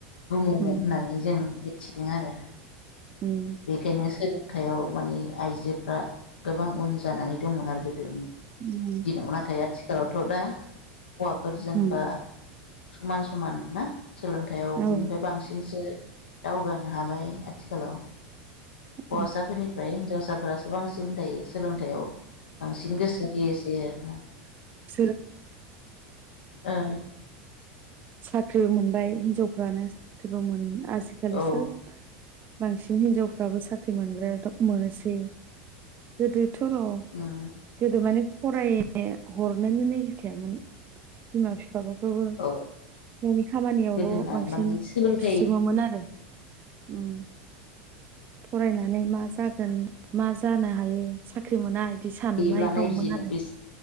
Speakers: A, on the left; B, on the right.
A: बुङोमोन
B: उम
A: होननानै जों मिथिदों आरो।
B: उम
A: बेखायनो सो थायाव माने आइजोफ्रा गोबां उन जानानै दंमोन आरो गोदो।
B: उम
A: दिनाव नाथाय आथि आथिखालावथ दा । हौवाफोरजों
B: उम
A: बा । समान समान ना। सोलोंथायाव
B: औ
A: बिनिफ्राय बांसिनसो दावगानो हाबाय आथिखालाव। हौवासाफोरनिफ्राय।
B: औ
A: हिजावसाफोरासो बांसिन दायो। सोलोंथाइयाव बांसिन गोसो होयो। <inaudible>
B: <inaudible>
A: ओ
B: साख्रिबो मोनबाय हिनजावफ्रानो साख्रिबो आजिखालि
A: औ
B: सोब बांसिन हिनजावफ्राबो साख्रि मोनग्रा मोनोसै गोदो थ'र'
A: उम
B: गोदो माने फरायनो हरनोनो ना मिथियामोन बिमा फिफाफ्राबो
A: औ
B: न'नि खामानियावल'
A: गोदोना
B: बांसिन
A: माने सोलोंथाइ
B: थुसोमोमोन आरो। उम फरायनानै मा जागोन मा जानो हायो साख्रि मोना बिदि साननाय
A: बे लानाय
B: दंमोन
A: जिनो
B: आरो
A: बेस